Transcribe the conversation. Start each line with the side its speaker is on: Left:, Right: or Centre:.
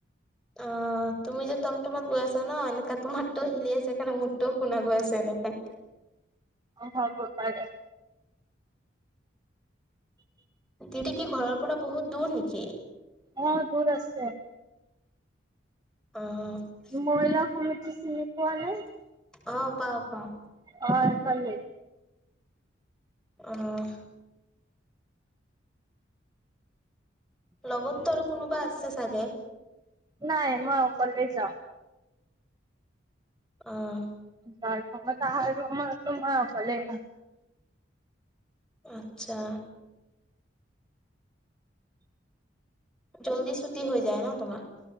Centre: অঁ তুমি যে টমটমত গৈ আছা ন এনেকা তোমাৰটো হিলি আছে সেইকাৰণ মোৰটোও শুনা গৈ আছে এনেকে।
Right: অঁ হব পাৰে।
Centre: দিউটি কি ঘৰৰ পৰা বহুত দূৰ নেকি?
Right: অ', দূৰ আছে।
Centre: আহ।
Right: মইিলা কমিতি চিনি পোৱা নে?
Centre: অঁহ পাওঁ পাওঁ।
Right: অ এইফালে
Centre: অহ। লগতটো আৰু কোনোবা আছে চাগে?
Right: নাই মই অকলে যাওঁ।
Centre: অঁহ।
Right: <unintelligible> এইটো সময়ততো মই অকলেই।
Centre: আচ্ছা। জল্দি চুটি হৈ যায় ন তোমাৰ?